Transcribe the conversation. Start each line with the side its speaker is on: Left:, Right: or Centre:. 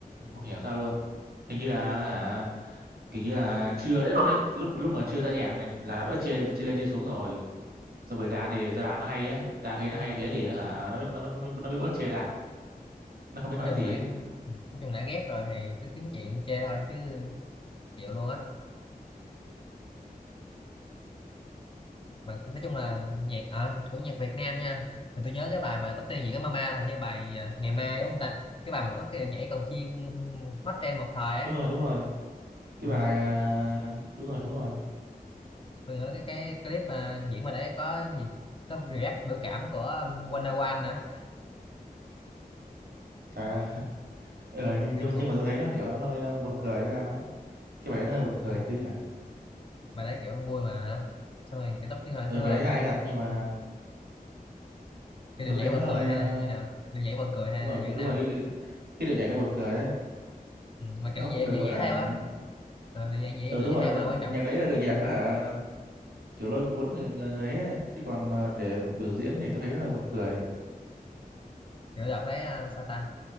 Right: không hiểu sao luôn hình như là hả kiểu như là chưa ấy rồi ấy lúc lúc mà chưa ra nhạc này là nó đã chê chê lên chê xuống rồi rồi bởi ra thì ra nó hay á ra thấy nó hay thế thì hả nó mới nó, mới- nó, mới- nó mới bớt chê lại nó không biết
Left: nói
Right: nói
Left: chung
Right: gì
Left: lại
Right: ấy
Left: nói chung đã ghét rồi thì cứ kiếm chuyện chê thôi chứ chịu luôn á mà nói chung là nhạc ở của nhạc Việt Nam nha thì tôi nhớ cái bài mà tóc tiên gì cái Mama là như bài à, ngày mai đúng không ta cái bài mà có cái điệu nhảy cầu chiên hot trend một thời á
Right: đúng rồi đúng rồi cái
Left: ừ.
Right: bài à, đúng rồi đúng rồi
Left: tôi nhớ cái cái clip à, diễn mà đấy có gì có react biểu cảm của um, Wanna One nữa
Right: chà ờ, nhưng
Left: kiểu
Right: nhưng mà-
Left: cũng
Right: nhưng mà tôi thấy nó kiểu nó hơi à, buồn cười hay sao á cái bài đấy nó hơi buồn cười
Left: ừ,
Right: xíu nhỉ
Left: bài đấy kiểu vui mà ờ. xong rồi cái tóc tiên hồi
Right: ừ
Left: xưa
Right: bài
Left: là
Right: đấy
Left: dạng
Right: hay thật nhưng mà
Left: ừ,
Right: nhưng
Left: cái điệu
Right: mà tôi
Left: nhảy
Right: thấy
Left: buồn
Right: nó hơi
Left: cười hay
Right: à,
Left: là như nào điệu nhảy buồn cười hay
Right: đúng rồi
Left: là như thế
Right: đúng
Left: nào
Right: rồi cái, cái, cái điệu nhảy nó buồn cười ấy
Left: ừ. mà kiểu
Right: nó
Left: dễ
Right: không có được
Left: dễ
Right: gọi
Left: nhảy
Right: là
Left: theo á ờ, điệu nhảy dễ
Right: ừ
Left: dễ
Right: đúng
Left: nhảy
Right: rồi
Left: theo
Right: nó
Left: mà quan
Right: nhạc
Left: trọng
Right: đấy là nhạc
Left: ừ.
Right: á hả kiểu lôi cuốn người người, người ấy, ấy chứ còn mà để biểu diễn thì tôi thấy nó hơi buồn cười
Left: kiểu đợt đấy à, sao ta